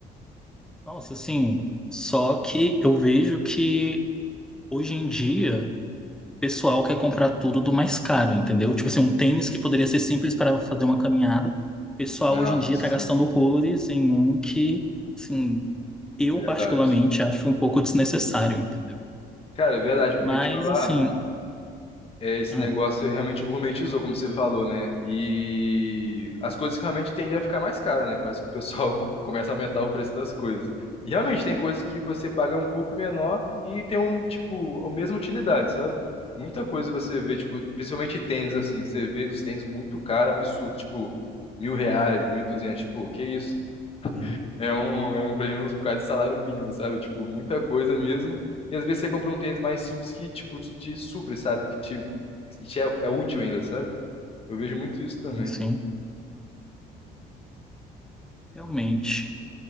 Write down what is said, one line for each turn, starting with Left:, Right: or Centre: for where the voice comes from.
Centre: Nossa, assim, só que eu vejo que hoje em dia o pessoal quer comprar tudo do mais caro, entendeu? Tipo assim, um tênis que poderia ser simples para fazer uma caminhada, o pessoal
Left: Não,
Centre: hoje em dia
Left: sim,
Centre: tá gastando horrores em um que, assim, eu
Left: verdade.
Centre: particularmente acho um pouco desnecessário, entendeu?
Left: Cara, é verdade, porque
Centre: Mas,
Left: te falar.
Centre: assim,
Left: É, esse
Centre: ah,
Left: negócio realmente gourmetizou, como você falou, né? E as coisas que realmente tendem a ficar mais caras, né? Parece que o pessoal <laughs> co- começa a aumentar o preço das coisas. E realmente tem coisas que você paga um pouco menor e tem um, tipo, a mesma utilidade, sabe? Muita coisa você vê, tipo, principalmente tênis, assim, você vê uns tênis muito caros, absurdo, tipo, mil reais, mil e duzentos, tipo, que isso?
Centre: sim,
Left: É um, é um, pelo menos quase salário mínimo, sabe? Tipo, muita coisa mesmo. E às vezes você compra um tênis mais simples que, tipo, te supre, sabe? Que te, e te é, é útil ainda, sabe? Eu vejo muito isso também.
Centre: sim, sim. Realmente.